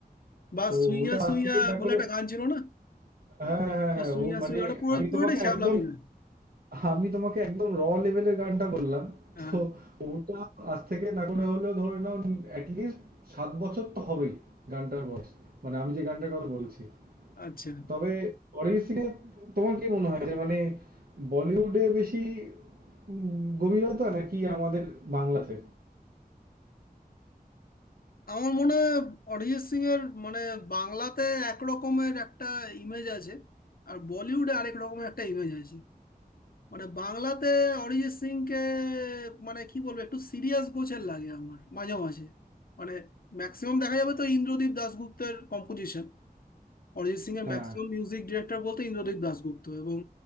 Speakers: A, on the left; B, on the right.
A: বা
B: তো
A: সুইয়া
B: ওটা
A: সুইয়া
B: আজ থেকে দেখো
A: বলে একটা গান ছিল না
B: হ্যাঁ হ্যাঁ হ্যাঁ
A: এটা
B: হ্যাঁ,
A: সুইয়া
B: ও মানে
A: সুইয়া ওটা পুরো
B: আমি
A: পুরোটাই
B: তোমাকে
A: শ্যামলামি
B: একদম
A: গান
B: আমি তোমাকে একদম র লেভেলের গানটা বললাম
A: হ্যাঁ
B: তো ওটা আজ থেকে না করে হলেও ধরে নাও অ্যাটলিস্ট সাত বছর তো হবেই গানটার বয়স মানে আমি যে গানটার কথা বলছি
A: আচ্ছা
B: তবে অরিজিৎ সিং এর তোমার কি মনে হয় যে মানে বলিউডে বেশি উম, গভীরতা নাকি আমাদের বাংলাতে
A: আমার মনে হয় অরিজিৎ সিং এর মানে বাংলাতে এক রকমের একটা ইমেজ আছে আর বলিউডে আরেক রকমের একটা ইমেজ আছে মানে বাংলাতে অরিজিৎ সিং কে মানে কি বলবো একটু সিরিয়াস গোছের লাগে আমার মাঝে মাঝে মানে ম্যাক্সিমাম দেখা যাবে তো ইন্দ্রদীপ দাশগুপ্তের কম্পোজিশন অরিজিৎ সিং এর
B: হ্যাঁ
A: ম্যাক্সিমাম মিউজিক ডিরেক্টর বলতে ইন্দ্রদীপ দাশগুপ্ত এবং